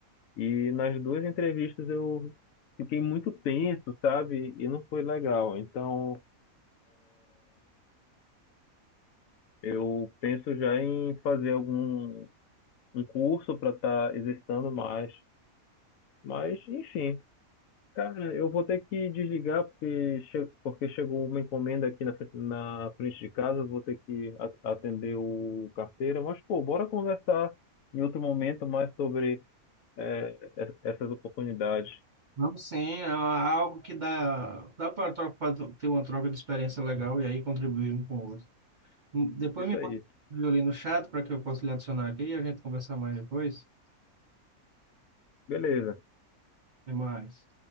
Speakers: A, on the left (about 75°); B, on the right (about 65°).
A: E nas duas entrevistas eu fiquei muito tenso, sabe? E não foi legal. Então eu penso já em fazer algum um curso para estar exercitando mais. Mas, enfim. Cara, eu vou ter que desligar porque, che- porque chegou uma encomenda aqui na, fre- na frente de casa, vou ter que a- atender o carteiro. Mas, pô, bora conversar em outro momento mais sobre eh, es- essas oportunidades.
B: Vamos sim, é algo que dá, dá para ter uma troca de experiência legal e aí contribuir um com o outro. Depois
A: Isso
B: me
A: aí.
B: manda ali no chat para que eu possa lhe adicionar aqui e a gente conversar mais depois.
A: Beleza.
B: Até mais.